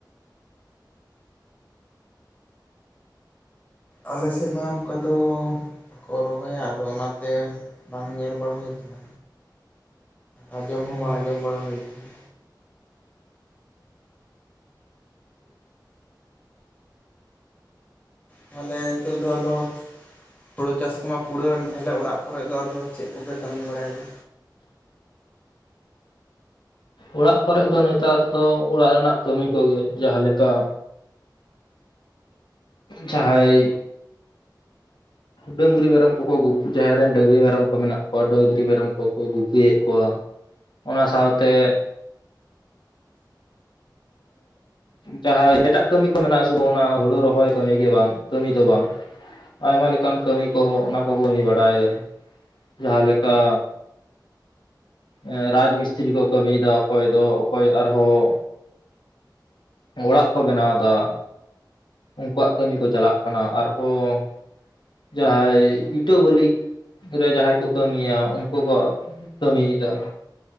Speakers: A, on the left (about 20°); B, on the left (about 80°).
A: ᱟᱞᱮ ᱥᱮᱫ ᱢᱟ ᱚᱝᱠᱟ ᱫᱚ ᱠᱚ ᱨᱚᱦᱚᱭᱟ ᱟᱫᱚ ᱚᱱᱟᱛᱮ ᱵᱟᱝ ᱧᱮᱞ ᱵᱟᱲᱟ ᱦᱩᱭ ᱠᱟᱱᱟ᱾ ᱟᱸᱡᱚᱢ ᱦᱚᱸ ᱵᱟᱝ ᱟᱸᱡᱚᱢ ᱵᱟᱲᱟ ᱦᱳᱭ ᱠᱟᱱᱟ᱾ ᱛᱟᱦᱟᱞᱮ ᱦᱮᱛᱳᱜ ᱫᱚ ᱟᱫᱚ ᱦᱳᱲᱳ ᱪᱟᱥ ᱠᱚᱢᱟ ᱠᱩᱲᱟᱹᱣᱮᱱ, ᱛᱟᱦᱟᱞᱮ ᱚᱲᱟᱜ ᱠᱚᱨᱮᱜ ᱫᱚ ᱟᱫᱚ ᱪᱮᱫ ᱠᱚᱯᱮ ᱠᱟᱹᱢᱤ ᱵᱟᱲᱟᱭᱫᱟ?
B: ᱚᱲᱟᱜ ᱠᱚᱨᱮᱜ ᱫᱚ ᱱᱮᱛᱟᱨ ᱫᱚ ᱚᱲᱟᱜ ᱨᱮᱱᱟᱜ ᱠᱟᱹᱢᱤ ᱠᱚᱜᱮ ᱡᱟᱦᱟᱸ ᱞᱮᱠᱟ ᱡᱟᱦᱟᱸᱭ ᱰᱟᱹᱝᱨᱤ ᱢᱮᱨᱚᱢ ᱠᱚᱠᱚ ᱜᱩᱯ ᱡᱟᱦᱟᱸᱭ ᱨᱮᱱ ᱰᱟᱹᱝᱨᱤ ᱢᱮᱨᱚᱢ ᱠᱚ ᱢᱮᱱᱟᱜ ᱠᱚᱣᱟ ᱰᱟᱹᱝᱨᱤ ᱢᱮᱨᱚᱢ ᱠᱚᱠᱚ ᱜᱩᱯᱤᱭᱮᱫ ᱠᱚᱣᱟ᱾ ᱚᱱᱟ ᱥᱟᱶᱛᱮ ᱮᱸ ᱡᱟᱦᱟᱸᱭ ᱮᱴᱟᱜ ᱠᱟᱹᱢᱤ ᱠᱚ ᱢᱮᱱᱟᱜᱟ ᱥᱩ ᱚᱱᱟ ᱦᱩᱲᱩ ᱨᱚᱦᱚᱭ ᱠᱟᱹᱢᱤ ᱜᱮ ᱵᱟᱝ ᱠᱟᱹᱢᱤ ᱫᱚ ᱵᱟᱝ ᱟᱭᱢᱟ ᱞᱮᱠᱟᱱ ᱠᱟᱹᱢᱤ ᱠᱚᱦᱚᱸ ᱚᱱᱟ ᱠᱚ ᱠᱟᱹᱢᱤ ᱵᱟᱲᱟᱭᱫᱟ, ᱡᱟᱦᱟᱸ ᱞᱮᱠᱟ ᱮᱸ ᱨᱟᱡᱽ ᱢᱤᱥᱛᱨᱤ ᱠᱚ ᱠᱟᱹᱢᱤᱭᱫᱟ ᱚᱠᱚᱭ ᱫᱚ ᱚᱠᱚᱭ ᱟᱨᱦᱚᱸ ᱚᱲᱟᱜ ᱠᱚ ᱵᱮᱱᱟᱣ ᱫᱟ ᱩᱝᱠᱩᱣᱟᱜ ᱠᱟᱹᱢᱤ ᱠᱚ ᱪᱟᱞᱟᱜ ᱠᱟᱱᱟ, ᱟᱨᱦᱚᱸ ᱡᱟᱸᱦᱟᱭ ᱤᱴᱟᱹ ᱵᱟᱹᱞᱤ ᱨᱮ ᱡᱟᱦᱟᱸᱭ ᱠᱚ ᱠᱟᱹᱢᱤᱭᱟ ᱩᱝᱠᱩ ᱠᱚ ᱠᱟᱹᱢᱤᱭᱮᱫ ᱫᱟ